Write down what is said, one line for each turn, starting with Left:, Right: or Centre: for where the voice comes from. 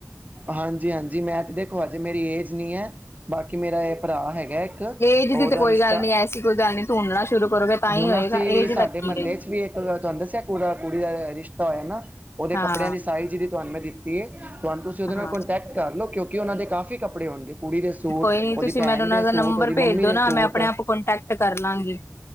Right: ਹਾਂਜੀ-ਹਾਂਜੀ, ਮੈ ਤੇ ਦੇਖੋ ਹਜੇ ਮੇਰੀ ਏਜ ਨਈ ਏ ਬਾਕੀ ਮੇਰਾ ਐ ਭਰਾ ਹੈਗੈ
Left: ਏਜ ਦੀ
Right: ਓਦਾ
Left: ਤੇ ਕੋਈ
Right: ਰਿਸ਼ਤਾ
Left: ਗੱਲ ਨੀ ਐਸੀ ਕੋਈ ਗੱਲ ਨੀ ਢੂੰਡਣਾ ਸ਼ੁਰੂ ਕਰੋਗੇ ਤਾਂ ਹੀ
Right: ਹੁਣ
Left: ਹੋਏਗਾ
Right: ਅਸੀਂ ਵੀ
Left: ਏਜ
Right: ਸਾਡੇ
Left: ਦਾ ਕੀ
Right: ਮਹੱਲੇ
Left: ਹੈ
Right: ਚ ਵੀ ਓ ਮੈ ਤੁਆਨੂੰ ਦੱਸੇਆ ਕੁੜਾ, ਕੁੜੀ ਦਾ ਰਿਸ਼ਤਾ ਹੋਏਆ ਨਾ ਓਦੇ
Left: ਹਾਂ
Right: ਕੱਪੜੇਆਂ ਦੀ ਸਾਈਜ ਜੇੜੀ ਤਾਆਨੂੰ ਮੈਂ ਦਿੱਤੀ। ਕੀ ਏ, ਤੁਆਨੂੰ ਤੁਸੀ ਓਦੇ ਨਾਲ
Left: ਹਾਂ
Right: ਕੋਂਟੈਕਟ ਕਾਰ ਲੋ, ਕੇਓਕਿ ਓਨਾਂ ਦੇ ਕਾਫ਼ੀ ਕੱਪੜੇ ਹੋਨਗੇ। ਕੁੜੀ ਦੇ ਸੂਟ
Left: ਕੋਈ ਨੀ ਤੁਸੀਂ
Right: ਓਦੀ ਭੈਣ
Left: ਮੈਨੂੰ ਉਹਨਾਂ
Right: ਦੇ
Left: ਦਾ
Right: ਸੂਟ
Left: ਨੰਬਰ
Right: ਓਦੀ
Left: ਭੇਜ
Right: ਮੰਮੀ
Left: ਦੋ
Right: ਦੇ
Left: ਨਾ
Right: ਸੂਟ
Left: ਮੈਂ ਆਪਣੇ ਆਪ ਕੋਂਟੈਕਟ ਕਰ ਲਾਂਗੀ